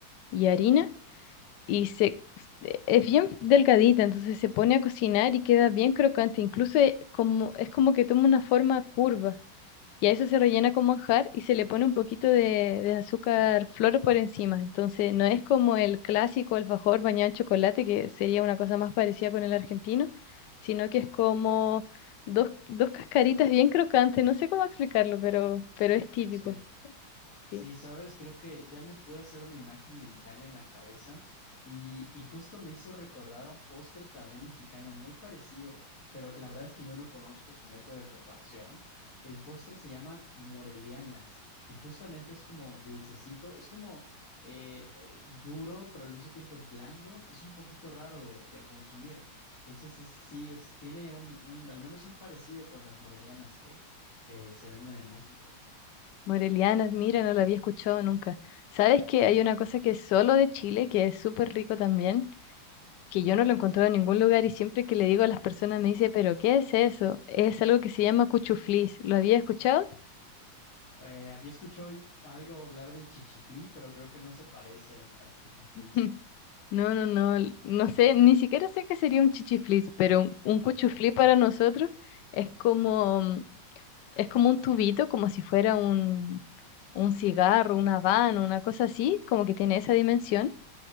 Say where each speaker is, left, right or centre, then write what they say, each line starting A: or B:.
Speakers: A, on the left; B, on the left.
A: y harina. Y se, e, es bien delgadita, entonces se pone a cocinar y queda bien crocante. Incluso es como, es como que toma una forma curva. Y a eso se rellena con manjar y se le pone un poquito de, de azúcar flor por encima. Entonces, no es como el clásico alfajor bañado en chocolate, que sería una cosa más parecida con el argentino, sino que es como dos, dos cascaritas bien crocantes. No sé cómo explicarlo, pero, pero es típico.
B: Sí. Sí,
A: Sí.
B: sabes, creo que ya me pude hacer una imagen mental en la cabeza y, y justo me hizo recordar a un postre también mexicano muy parecido, pero la verdad es que yo no conozco su método de preparación. El postre se llaman morelianas y justamente es como dulcecito, es como eh, eh, duro, pero al mismo tiempo es blando, es un poquito raro de, de consumir. Entonces, es- sí, es, tiene un, un, al menos un parecido con las morelianas que, que se venden en México.
A: Morelianas, mira, no lo había escuchado nunca. ¿Sabes que hay una cosa que es solo de Chile, que es súper rico también? que yo no lo encontraba en ningún lugar y siempre que le digo a las personas me dice, pero ¿qué es eso? Es algo que se llama cuchuflis. ¿Lo había escuchado?
B: Eh, había escuchado algo hablar del chichiflí, pero creo que no se parece al, al cuchuflís.
A: <laughs> No, no, no, l- no sé, ni siquiera sé qué sería un chichiflis, pero un, un cuchuflí para nosotros es como, mm, es como un tubito, como si fuera un, un cigarro, una habano, una cosa así, como que tiene esa dimensión.